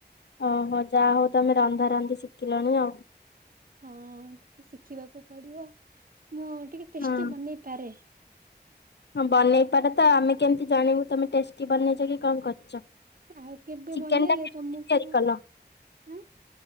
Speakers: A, on the left (about 75°); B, on the right (about 55°).
A: ଓ ହୋ ଯାହା ହଉ ତମେ ରନ୍ଧା ରନ୍ଧି ଶିଖିଲଣି ଆଉ।
B: ହଁ ଟିକେ ଶିଖିବାକୁ ପଡ଼ିବ ମୁଁ ଟିକେ ଟେଷ୍ଟି
A: ହଁ।
B: ବନେଇ ପାରେ।
A: ହଁ ବନେଇ ପାର ତ ଆମେ କେମିତି ଜାଣିବୁ ତମେ ଟେଷ୍ଟି ବନେଇଛ କି କଣ କରିଛ।
B: ଆଉ କେବେ
A: ଚିକେନ୍
B: ବନେଇଲେ
A: ଟା କେମିତି
B: ତମକୁ
A: ତିଆରି କଲ?
B: ଆଁ